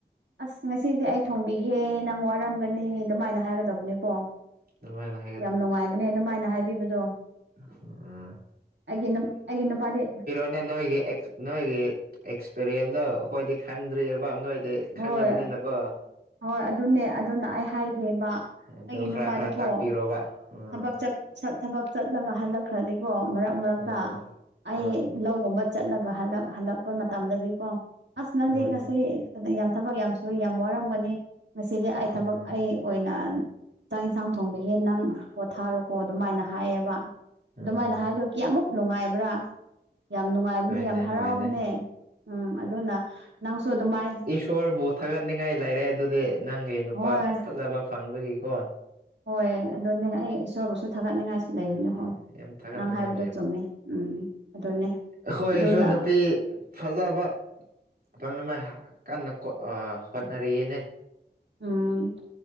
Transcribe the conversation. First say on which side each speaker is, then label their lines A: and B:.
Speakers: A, on the right; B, on the right.
A: ꯑꯁ ꯉꯁꯤꯗꯤ ꯑꯩ ꯊꯣꯡꯕꯤꯒꯦ ꯅꯪ ꯋꯥꯔꯝꯒꯅꯤ ꯑꯗꯨꯃꯥꯏꯅ ꯍꯥꯏꯒꯗꯕꯅꯤꯀꯣ
B: ꯅꯃꯥꯏ ꯃꯠ
A: ꯌꯥꯝ ꯅꯨꯡꯉꯥꯏꯕꯅꯦ ꯑꯗꯨꯃꯥꯏꯅ ꯍꯥꯏꯕꯤꯕꯗꯣ
B: ꯎꯝ
A: ꯑꯩꯒꯤ ꯅꯨꯞ ꯑꯩꯒꯤ ꯅꯨꯄꯥꯥꯗꯤ
B: ꯅꯦ ꯅꯣꯏꯒꯤ ꯑꯦꯛꯁ ꯅꯣꯏꯒꯤ ꯑꯦꯛꯁꯄꯤꯔꯤꯌꯦꯟꯗꯣ ꯑꯈꯣꯏꯗꯤ ꯈꯪꯗ꯭ꯔꯤꯕ ꯅꯣꯏꯗꯤ ꯈꯪꯅꯕꯅꯤꯅꯀꯣ
A: ꯍꯣꯏ ꯍꯣꯏ ꯑꯗꯨꯅꯦ ꯑꯗꯨꯅ ꯑꯩ ꯍꯥꯏ ꯏꯕ
B: ꯑꯗꯣ
A: ꯑꯩꯒꯤ
B: ꯈꯔ
A: ꯅꯨꯄꯥꯗꯤꯀꯣ
B: ꯈꯔ ꯇꯥꯛꯄꯤꯔꯣꯕ ꯎꯝ
A: ꯊꯕꯛ ꯆꯠ -ꯆꯠ ꯊꯕꯛ ꯆꯠꯂꯒ ꯍꯜꯂꯛꯈ꯭ꯔꯗꯤ ꯀꯣ ꯃꯔꯛ ꯃꯔꯛꯇ
B: ꯎꯝ
A: ꯑꯩ
B: ꯎꯝ
A: ꯂꯧꯒꯨꯝꯕ ꯆꯠꯂꯒ ꯍꯂꯛ ꯍꯜꯂꯛꯄ ꯃꯇꯝꯗꯗꯤꯀꯣ ꯑꯁ ꯅꯪꯗꯤ
B: ꯎꯝ
A: ꯉꯁꯤ ꯑꯗꯨꯅ ꯌꯥꯝ ꯊꯕꯛ ꯌꯥꯝ ꯁꯨꯏ ꯌꯥꯝ ꯋꯥꯔꯝꯒꯅꯤ ꯉꯁꯤꯗꯤ ꯑꯩ ꯊꯕꯛ
B: ꯎꯝ
A: ꯑꯩ ꯑꯣꯏꯅ ꯆꯥꯛ ꯌꯦꯟꯁꯥꯡ ꯊꯣꯡꯕꯤꯒꯦ ꯅꯪ ꯄꯣꯊꯥꯔꯣꯀꯣ ꯑꯗꯨꯃꯥꯏꯅ ꯍꯥꯏꯌꯦꯕ
B: ꯎꯝ
A: ꯑꯗꯨꯃꯥꯏꯅ ꯍꯥꯏꯕ ꯀ ꯑꯃꯨꯛ ꯅꯨꯡꯉꯥꯏꯕ꯭ꯔꯥ ꯌꯥꯝ ꯅꯨꯡꯉꯥꯏꯕꯅꯦ
B: ꯍꯣꯏꯅꯦ
A: ꯌꯥꯝ ꯍꯔꯥꯎꯕꯅꯦ
B: ꯍꯣꯏꯅꯦ
A: ꯎꯝ ꯑꯗꯨꯅ ꯅꯪꯁꯨ ꯑꯗꯨꯃꯥꯏ
B: ꯏꯁꯣꯔꯕꯨ ꯊꯥꯒꯠꯅꯤꯡꯉꯥꯏ ꯂꯩꯔꯦ ꯑꯗꯨꯗꯤ ꯅꯪꯒꯤ ꯅꯨꯄꯥ
A: ꯍꯣꯏ
B: ꯐꯖꯕ ꯐꯪꯕꯒꯤꯀꯣ
A: ꯍꯣꯏ ꯑꯗꯨꯅꯦ ꯑꯩ ꯏꯁꯣꯔꯕꯨꯁꯨ ꯊꯥꯒꯠꯅꯤꯡꯉꯥꯏꯁꯤ ꯂꯩꯕꯅꯦ
B: ꯎꯝ
A: ꯍꯣꯏ
B: ꯌꯥꯝ ꯊꯥꯒꯠꯅꯤꯡꯉꯥꯏ
A: ꯅꯪ ꯍꯥꯏꯕꯗꯣ ꯆꯨꯝꯃꯦ ꯎꯝ ꯑꯗꯨꯅꯦ
B: ꯑꯈꯣꯏꯁꯨ
A: ꯑꯗꯨꯅ
B: ꯅꯨꯄꯤ ꯐꯖꯕ ꯄꯪꯅꯃꯦ ꯀꯟꯅ ꯀꯣꯠ - ꯑꯥ - ꯍꯣꯠꯅꯔꯤꯌꯦꯅꯦ
A: ꯎꯝ